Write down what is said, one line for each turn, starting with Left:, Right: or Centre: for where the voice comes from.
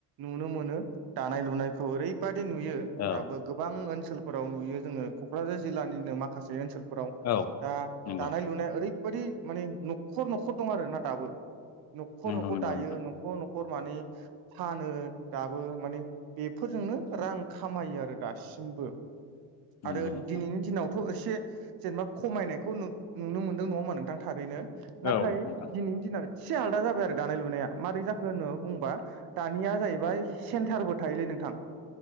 Right: नुनो मोनो दानाय लुनायखौ ओरैबादि नुयो
Left: औ
Right: दाबो गोबां ओनसोलफोराव नुयो जोंङो क'क्राझार जिल्लानिनो माखासे ओनसोल फोराव
Left: औ
Right: दा
Left: नंगौ
Right: दानाय लुनाय ओरैबायदि माने न'खर न'खर दं आरोना दाबो न'खर
Left: नंगौ
Right: न'खर
Left: नंगौ
Right: दायो
Left: नोंथां
Right: न'खर न'खर माने फानो दाबो माने बेफोरजोंनो रां खामायो आरो दासिमबो आरो
Left: नंगौ नोंथां
Right: दिनैनि दिनाव थ' एसे जेनेबा खमायनायखौ नुनो मोनदों नंङा होमबा नोंथां थारैनो
Left: औ
Right: नाथाय
Left: नोंथां
Right: दिनैनि दिनाव एसे आलादा जाबाय आरो दानाय लुनाया मारै जाखो होनो बुंबा दानिया जाहैबाय सेन्टारबो थायोलै नोंथां